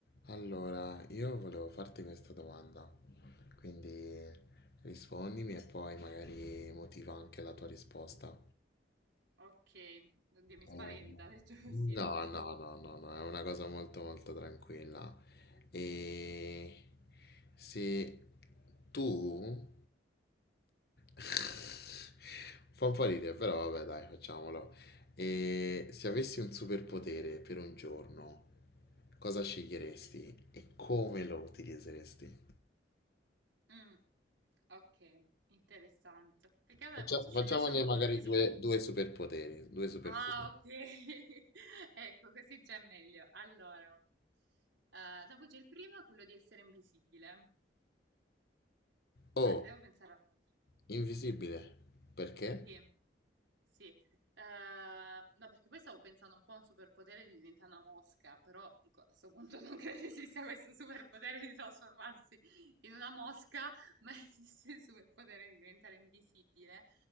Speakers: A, on the left; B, on the right.
A: Allora, io volevo farti questa domanda, quindi rispondimi e poi magari motiva anche la tua risposta.
B: Ok, oddio, mi spaventa,
A: Eh,
B: detto così.
A: No,
B: <laughs> Vai.
A: no, no, no, no, è una cosa molto molto tranquilla. E se tu... <laughs> Fa un po' ridere, però vabbè, dai, facciamolo. E se avessi un superpotere per un giorno, cosa sceglieresti e come lo utilizzeresti?
B: Mm, ok, interessante. Perché non
A: Faccia-
B: ne posso scegliere
A: Facciamone
B: solo
A: magari
B: uno di super...
A: due, due superpoteri, due superpoteri.
B: Ah, ok. <laughs> Ecco, così già è meglio. Allora, eh, dopo c'è il primo, quello di essere invisibile.
A: Oh,
B: Eh, devo pensare all'altro.
A: invisibile, perché?
B: Sì, sì. Eh, no, perché poi stavo pensando un po' a un superpotere di diventare una mosca, però dico, a questo punto <laughs> non credo esista questo superpotere di trasformarsi in una mosca, ma esiste il superpotere di diventare invisibile